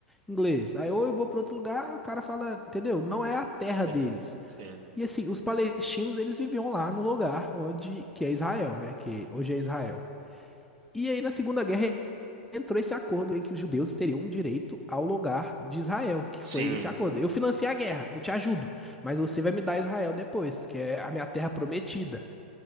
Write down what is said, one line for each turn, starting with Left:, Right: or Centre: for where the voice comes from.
Centre: inglês. Aí ou eu vou pra outro lugar, o cara fala, entendeu? Não é a terra
Right: Sim,
Centre: deles.
Right: sim.
Centre: E assim, os palestinos, eles viviam lá no lugar onde que é Israel, né? Que hoje é Israel. E aí na Segunda Guerra entrou esse acordo em que os judeus teriam direito ao lugar de Israel, que
Right: Sim.
Centre: foi esse acordo. Eu financiei a guerra, eu te ajudo, mas você vai me dar Israel depois, que é a minha terra prometida.